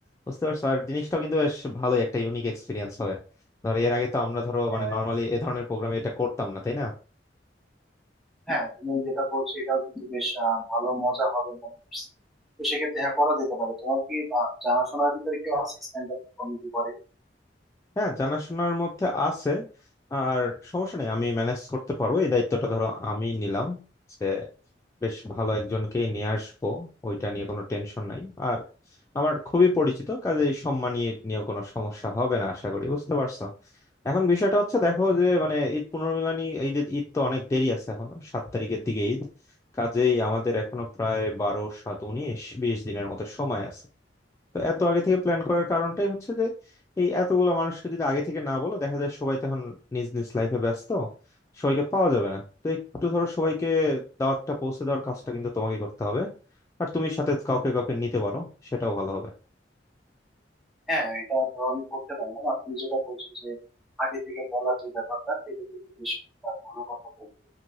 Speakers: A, on the left; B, in the centre.
A: বুঝতে পারছো আর জিনিসটাও কিন্তু বেশ ভালোই একটা ইউনিক এক্সপিরিয়েন্স হবে ধরো এর আগে তো আমরা ধরো
B: হম
A: মানে নর্মালি এ ধরনের প্রোগ্রামে এটা করতাম না তাই না
B: হ্যাঁ তুমি যেটা বলছো এটাও কিন্তু বেশ আহ, ভালো মজা হবে মনে হচ্ছে তো সেক্ষেত্রে হ্যাঁ করা যেতে পারে তোমার কি আহ, জানাশোনার ভিতরে কেউ আছে স্ট্যান্ড আপ কমেডি করে
A: হ্যাঁ জানাশোনার মধ্যে আছে আর সমস্যা নেই আমি ম্যানেজ করতে পারবো এই দায়িত্বটা ধরো আমি নিলাম যে বেশ ভালো একজনকেই নিয়ে আসবো ওইটা নিয়ে কোনো টেনশন নাই আর আমার খুবই পরিচিত কাজে এই সম্মানীয় নিয়ে নিয়েও কোনো সমস্যা হবে না আশা করি বুঝতে পারছো এখন বিষয়টা হচ্ছে দেখো যে মানে ঈদ পুনর্মিলনী ঈদ ঈদ তো অনেক দেরি আছে এখনো সাত তারিখের দিকে ঈদ কাজেই আমাদের এখনো প্রায় বারো সাত উনিশ বিশ দিনের মতো সময় আছে তো এত আগে থেকে প্ল্যান করার কারণটাই হচ্ছে যে এই এতগুলো মানুষকে যদি আগে থেকে না বলো দেখা যায় সবাই তখন নিজ নিজ লাইফে ব্যস্ত সবাইকে পাওয়া যাবে না তো একটু ধরো সবাইকে দাওয়াতটা পৌঁছে দেওয়ার কাজটা কিন্তু তোমাকে করতে হবে আর তুমি সাথে কাউকে কাউকে নিতে পারো সেটাও ভালো হবে
B: হ্যাঁ এটা ধরো আমি করতে পারলাম আর তুমি যেটা বলছো যে আগে থেকে বলার যে ব্যাপারটা এটা কিন্তু বেশ একটা ভালো কথা বলছো